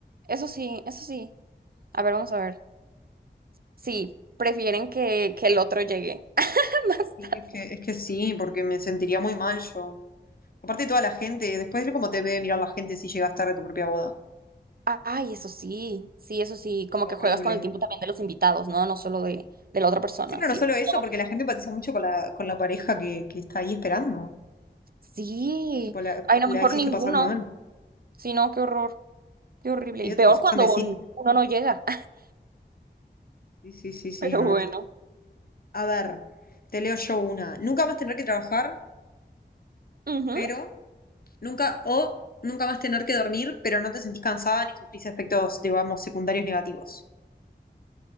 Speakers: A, on the right; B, on the left.
A: Eso sí, eso sí. A ver, vamos a ver. Sí, prefieren que, que el otro llegue. <laughs> Más
B: Sí,
A: tarde.
B: es que, es que sí, porque me sentiría muy mal yo. Aparte de toda la gente, después de cómo te debe mirar la gente si llegas tarde a tu propia boda.
A: Ah, Ay, eso sí, sí, eso sí,
B: O
A: como
B: sea,
A: que
B: horrible.
A: juegas con el tiempo también de los invitados, ¿no? No solo de, de la otra persona,
B: Sí, pero
A: sí.
B: no solo eso,
A: No,
B: porque la gente empatiza mucho con la, con la pareja que, que está ahí esperando.
A: sí,
B: Tipo, la,
A: ay,
B: la
A: no, mejor
B: hiciste
A: ninguno,
B: pasar mal.
A: sí, no, qué horror, qué horrible.
B: Medio
A: Y peor
B: tipo Sex
A: cuando
B: and the City.
A: un- uno no llega, <laughs>
B: Sí, sí, sí, sí,
A: pero
B: no.
A: bueno.
B: A ver, te leo yo una. Nunca más tener que trabajar,
A: Ujú.
B: pero nunca, o nunca más tener que dormir, pero no te sentís cansada ni sufrís efectos, digamos, secundarios negativos.